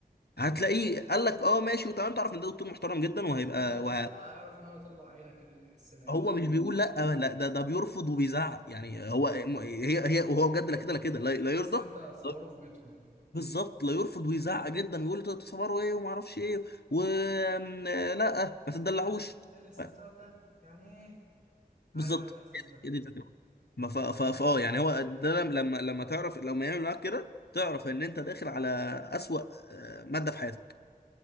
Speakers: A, on the left; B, on the right.
A: هتلاقيه قال لك اه ماشي وتمام تعرف ان ده دكتور محترم جدا وهيبقى
B: قال لك
A: وه...
B: لا اعرف ان هو يطلع عينك السنه
A: هو
B: دي
A: مش بيقول
B: انت
A: لا لا ده ده بيرفض وبيزعق يعني هو هي هي وهو بجد لا كده لا كده لا, لا
B: تحس
A: يرضى
B: ان انت هتصوره
A: لا-
B: في بيتهم
A: بالظبط لا يرفض ويزعق جدا ويقول انتوا بتصوروا ايه وما اعرفش ايه و آم، آه، لا ما تدلعوش
B: ايه الاس- إيه الاستهتار
A: ف-
B: ده يعني ايه عارف
A: بالظبط
B: انا الاحساس ده
A: هي دي الفكره ما ف ف ف- اه يعني هو ده لم- لما لما تعرف لما يعمل معاك كده تعرف ان انت داخل على اسوأ آه، ماده في حياتك